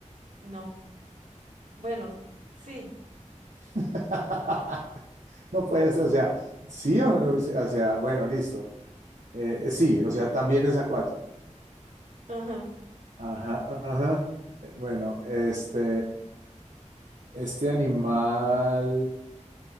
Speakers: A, on the right (about 70°); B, on the right (about 80°).
A: no. Bueno, sí.
B: <laughs> no puedes, o sea, sí, o, o sea, bueno, listo. Eh, sí, o sea, también es acuático.
A: Ajá.
B: Ajá, ajá. Eh, Bueno, este, este animal